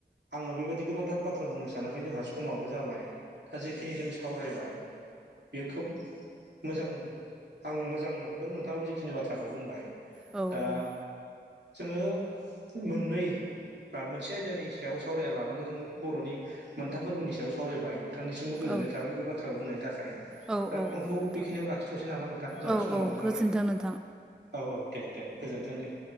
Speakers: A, on the right; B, in the centre.
A: आङो बेबायदि गोबांथार बाथ्रा बुंनो सानाखै जोंहा समावो जाबाय। दा जिखिनि जों सावरायबाय बेयो खोब मोजां। आं मोजां नुहुरदों नोंथाङाब जिखिनि बाथ्राखौ बुंबाय।
B: औ
A: दा
B: औ
A: जोङो मोननै बा मोनसे आयदानि सायाव सावराया लाबानो जोङो बर'नि मोनथाम फोरबोनि सायाव सावरायबाय नोंथांनिसिमबो गोजोननाय
B: औ
A: थाबाय बे बाथ्राखौ बुंनायनि थाखाय
B: औ
A: दा
B: औ
A: फनखौ
B: औ नोंथां
A: बेखिनियाव लाखिथ'सै नामा नोंथां जोंहा
B: औ
A: स खमाबो
B: औ गोजोन्थों
A: जाबाय
B: नोंथां
A: औ औ दे दे गोजोनथों दे